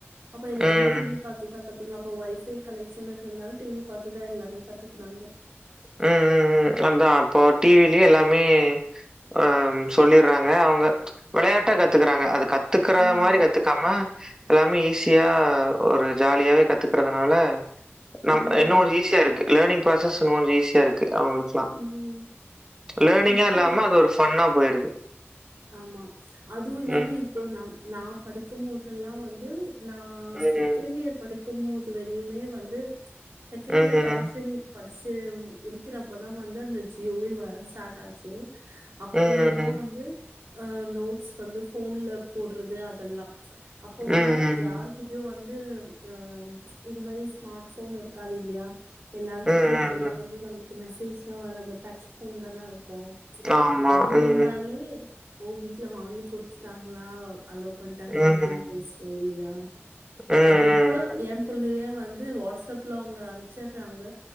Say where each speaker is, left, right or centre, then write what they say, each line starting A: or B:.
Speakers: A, on the right; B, on the right.
A: அப்ப எல்லாமே
B: ம்,
A: டிவி பாத்துதா கத்துக்கலா அப்ப ஒய்ஃபை கனெக்க்ஷன் இருந்தால டிவி பாத்துதா எல்லாமே கத்துக்கனாங்க
B: ம் ம் ம் அதா இப்போ டி வி லயே எல்லாமே அ சொல்லிடுறாங்க அவங்க விளையாட்டா கத்துக்கறாங்க அது கத் துக்கற
A: ஆமா
B: மாரி கத்துக்காம எல்லாமே ஈஸி யா ஒரு ஜாலியாவே கத்துக்கறதுனால நம்
A: ம்
B: இன்னு ஈஸியா இருக்கு லேர்னிங் ப்ராசஸ் இன்னு கொஞ்ச ஈ ஸியாருக் கு அவங்களுக்லா
A: ம்
B: லேர்னிங்கா
A: இப்போ
B: இல்லாம அது ஒரு ஃபன்னா போயிருது
A: ஆமா அதுவு இல்லாம
B: ம்.
A: இப்போ நம் நா படிக்கும் போதெல்லா வந்து நா
B: ம்.
A: செகண்ட் இயர் படி க்கும்போது வரையுமே வந்து செகண்ட்
B: ம்.
A: இயர் படிச்சுந் படிச்சு முடிக்கிறப்பதா வந்து அந்த ஜியோவே வர ஸ்டார்ட் ஆச்சு அப்பறந்தா
B: ம்.
A: வந்து அ நோட்ஸ் வந்து போன்ல போடுறது அதெல்லா அப்போல்லா
B: ம்.
A: யாருகிட்டயு வந் வந்து அ இது மாதிரி ஸ்மார்ட் போன் இருக்காது இல்லையா எல்லாருக்கிட்டையு
B: ம்.
A: அப்போல்லா வந்து நம்ம மெசேஜ் தா வர அந்த டச் போன் தான கு
B: ஆமா.
A: அது இருந்தாலே
B: ம்.
A: ஓ வீட்ல வாங்கி கொடுத்துட்டாங்களா அல்லோ பண்ணிட்டாங்களா
B: ம்.
A: அப்படின்னு பேசுவோ இல்லையா
B: ம்.
A: பட் இப்போ
B: ம்.
A: எ பிள்ளய வந்து வாட்ஸ்அப்ல அவங்க அனுப்ச்சடுறாங்க